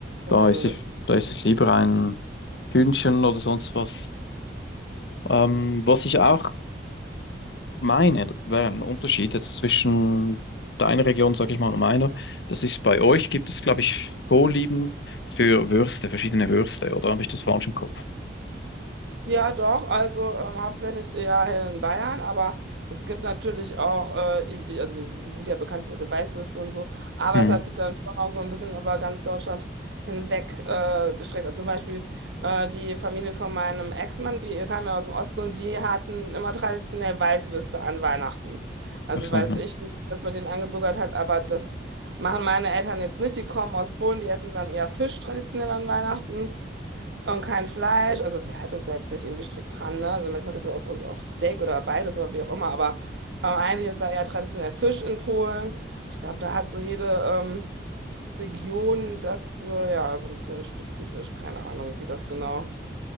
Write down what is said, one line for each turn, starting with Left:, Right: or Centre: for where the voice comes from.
Right: Nee.
Left: Da ist ich, da ist es lieber ein Hühnchen oder sonst was. Ähm, was ich auch meine, das wäre ein Unterschied jetzt zwischen deiner Region, sag ich mal, und meiner. Das ist bei euch, gibt es, glaube ich, Vorlieben für Würste, verschiedene Würste, oder habe ich das falsch im Kopf?
Right: Ja, doch, also ähm, hauptsächlich ja hier in Bayern, aber es gibt natürlich auch, äh, ich, ich- also die, die sind ja bekannt für ihre Weißwürste und so, aber
Left: Hm.
Right: das hat sich dann schon auch so ein bisschen über ganz Deutschland hinweg äh, gestreckt. Also zum Beispiel äh, die Familie von meinem Ex-Mann, die kam ja aus dem Osten und die hatten immer traditionell Weißwürste an Weihnachten. Also
Left: Ach so,
Right: weiß
Left: ja.
Right: ich, wie sich das bei denen eingebürgert hat, aber das machen meine Eltern jetzt nicht. Die kommen aus Polen, die essen dann eher Fisch traditionell an Weihnachten. Und kein Fleisch. Also wir halten uns da jetzt nicht irgendwie strikt dran, ne? Also manchmal gibt es bei uns auch Steak oder beides oder wie auch immer, aber äh, eigentlich ist da eher traditionell Fisch in Polen. Ich glaube, da hat so jede ähm, Region das so, ja, so ein bisschen spezifisch. Keine Ahnung, wie das genau